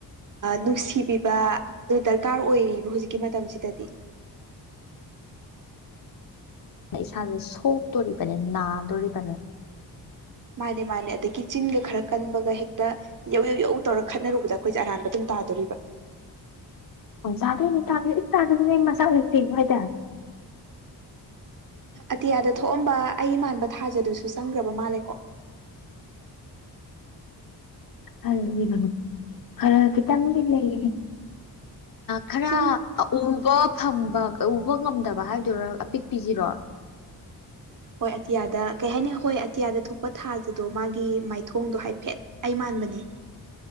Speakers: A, on the right; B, on the left.
A: ꯅꯨꯡꯁꯤꯕꯤꯕ ꯑꯗꯨ ꯗꯔꯀꯥꯔ ꯑꯣꯏꯔꯤꯕ ꯍꯧꯖꯤꯛꯀꯤ ꯃꯇꯝꯁꯤꯗꯗꯤ
B: ꯏꯁꯥꯁꯦ ꯁꯣꯛꯇꯣꯔꯤꯕꯅꯦ ꯅꯥꯗꯣꯔꯤꯕꯅꯦ
A: ꯃꯥꯅꯦ ꯃꯥꯅꯦ ꯑꯗꯒꯤ ꯆꯤꯟꯒ ꯈꯔ ꯀꯟꯕꯒ ꯍꯦꯛꯇ ꯌꯧ ꯌꯧ ꯌꯛꯎ ꯇꯧꯔ ꯈꯠꯅꯔꯨꯕꯗ ꯑꯩꯈꯣꯏꯁꯦ ꯑꯔꯥꯟꯕ ꯑꯗꯨꯝ ꯇꯥꯗꯣꯔꯤꯕ
B: ꯑꯣ ꯆꯥꯗꯣꯏꯦꯅꯦ ꯇꯥꯗ ꯏ ꯇꯥꯗꯗꯤ ꯅ ꯃꯆꯥꯥꯛ ꯂꯩꯇꯦꯕ ꯍꯥꯏꯇꯥꯔꯦ
A: ꯑꯇꯤꯌꯥꯗ ꯊꯣꯛꯑꯝꯕ ꯑꯩ ꯃꯥꯟꯕ ꯊꯥꯖꯗꯨꯁꯨ ꯆꯪꯈ꯭ꯔꯕ ꯃꯥꯜꯂꯦꯀꯣ
B: ꯑ ꯏꯒ ꯈꯔ ꯈꯤꯇꯪꯗꯤ ꯂꯩꯅꯤ ꯈꯔ
A: ꯁꯨꯝ
B: ꯎꯕ ꯐꯝꯕ ꯎꯕ ꯉꯝꯗꯕ ꯍꯥꯏꯕꯗꯨꯔꯥ ꯑꯄꯤꯛ ꯄꯤꯁꯤꯔꯣ
A: ꯍꯣꯏ ꯑꯇꯤꯌꯥꯗ ꯀꯩ ꯍꯥꯏꯅꯤ ꯍꯣꯏ ꯑꯇꯤꯌꯥꯗ ꯊꯣꯛꯄ ꯊꯥꯁꯤꯗꯣ ꯃꯥꯒꯤ ꯃꯥꯏꯊꯣꯡꯗꯣ ꯍꯥꯏꯐꯦꯠ ꯑꯩ ꯃꯥꯟꯕꯅꯤ